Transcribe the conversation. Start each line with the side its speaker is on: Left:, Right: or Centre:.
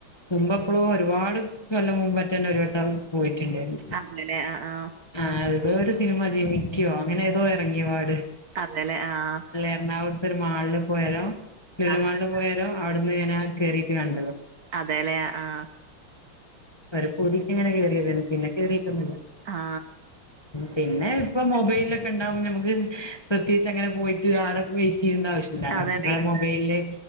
Left: മുമ്പ എപ്പോളും ഒരുപാട് കൊല്ലം പറ്റന്ന ഒരുരു കേട്ട പോയിട്ടുണ്ടായി
Right: അതേലെ ആ ആ
Left: ആ ത ഒരു സിനിമ ജീമിക്കുവോ അങ്ങനെ ഏതോ ഇറങ്ങിയ പാട്
Right: അതല്ലേ ആഹ
Left: എറണാകുളത്ത ഒരു മാളില് പോയാലോ ചുലിമാളില്
Right: ആ
Left: പോയരോ അവിടുന്ന് ഞനാ കയറിട്ട് കണ്ടത്
Right: അതെല്ലേ ആഹ
Left: ഒരു പതിക്ക ഇങ്ങനെ കേറിരുന്നു പിന്നെ കേറിട്ടൊന്നില്ല
Right: ആ
Left: പിന്നെ ഇപ്പൊ മൊബൈലിലൊക്കെ ഉണ്ടാവുമ്പോൾ നമുക്ക് പ്രത്യേകിച്ച് അങ്ങനെ പോയിട്ട് ആടൊക്കെയി ആവശ്യല്ലോ
Right: അതെ
Left: ഇവിടെ മൊബൈലില്